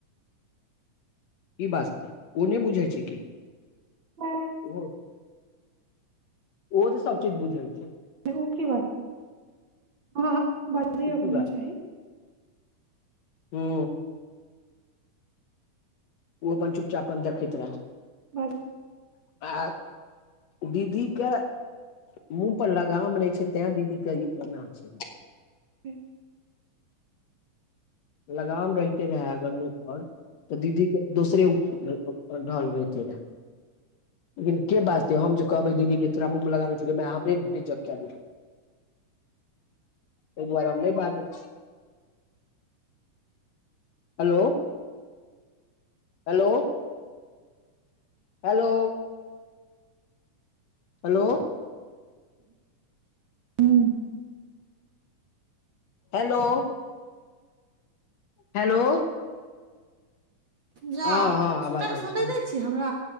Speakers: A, on the left; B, on the right.
A: कि बाजते ओ नहि बुझै छै कि
B: नहि
A: ओ ओहो तऽ सभ चीज बुझैत छै
B: ओ कि बाज हैं बाज नहि
A: ओ की
B: चाही
A: हू ओ अपन चुपचाप अपन देखैत रहे
B: ब।
A: आ दीदी के मुँह पर लगाम नै छै त्य दीदी कऽ केना छै
B: ह।
A: लगाम रहते रहे आगरी आओर तऽ दीदी के दोसरे रहलढ रहते रहे। लेकिन के बातते हम जे कहबै दीदी के तोरा मुँह लगाने छौाय हमरे बेज्जत कए द। तहि दुआरे हम नहि बाजै छै हेलो। Hello hello. हेलो।
B: हू
A: हेलो। हेलो।
B: जा
A: ह ह
B: सुनै
A: आवाज जाए
B: सुनै
A: छै
B: नहि छी हमरा